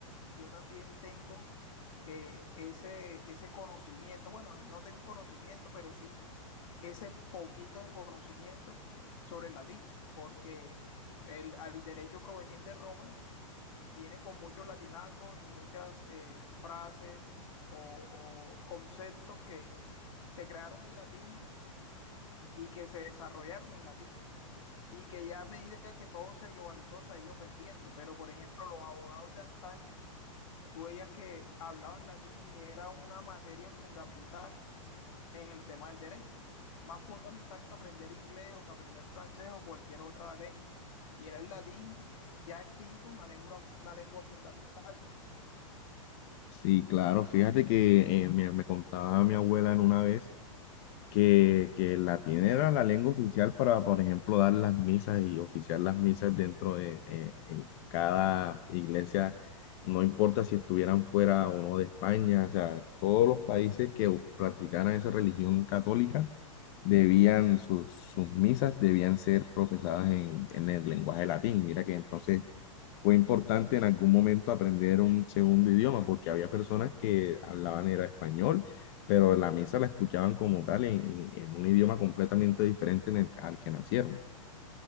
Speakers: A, on the left; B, on the left.
A: yo también tengo eh, ese, ese conocimiento, bueno, no no tengo conocimiento, pero sí ese poquito de conocimiento sobre el latín, porque el, al derecho provenir de Roma viene con muchos latinazgos y muchas eh, frases o, o conceptos que se crearon en latín y que se desarrollaron en latín y que ya a medida que todo se globalizó se ha ido perdiendo. Pero, por ejemplo, los abogados de antaño, tú veías que hablaban latín y era una materia fundamental en el tema del derecho, más fundamental que aprender inglés o que aprender francés o cualquier otra lengua. Y era el latín ya extinto, una lengua, una lengua fundamental.
B: Sí, claro, fíjate que eh, me, me contaba mi abuela en una vez que, que el latín era la lengua oficial para, por ejemplo, dar las misas y oficiar las misas dentro de eh, en cada iglesia, no importa si estuvieran fuera o no de España, o sea, todos los países que practicaran esa religión católica debían, sus, sus misas debían ser profesadas en, en el lenguaje latín. Mira que entonces fue importante en algún momento aprender un segundo idioma, porque había personas que hablaban era español, pero la misa la escuchaban como tal en, en- en un idioma completamente diferente en el, al que nacieron.